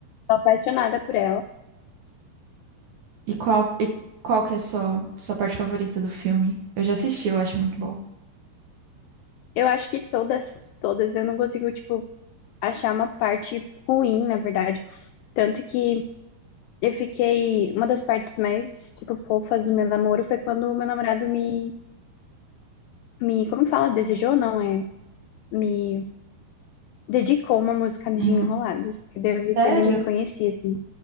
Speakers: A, on the left (about 85°); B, on the right (about 70°).
A: tô apaixonada por ela.
B: E qual e qual que é a sua, sua parte favorita do filme? Eu já assisti, eu acho muito bom.
A: Eu acho que todas, todas, eu não consigo, tipo, achar uma parte ruim, na verdade. Tanto que eu fiquei, uma das partes mais, tipo, fofas do meu namoro foi quando o meu namorado me, me, como que fala? Desejou, não, é? Me dedicou uma música de
B: Hum,
A: Enrolados, que daí eu vi
B: sério?
A: que ele me conhecia. assim.